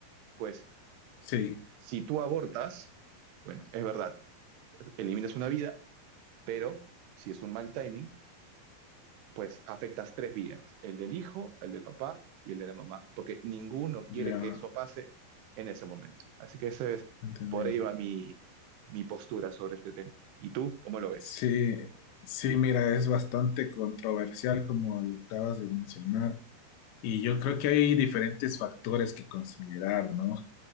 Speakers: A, on the right; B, on the left.
A: pues
B: sí,
A: si tú abortas, bueno, es verdad, eliminas una vida, pero si es un mal timing, pues afectas tres vías, el del hijo, el del papá y el de la mamá, porque ninguno quiere
B: ya,
A: que eso pase en ese momento. Así que ese es,
B: entendido.
A: por ahí va mi, mi postura sobre este tema. ¿Y tú cómo lo ves?
B: Sí, sí, mira, es bastante controversial como lo acabas de mencionar. Y yo creo que hay diferentes factores que considerar, ¿no?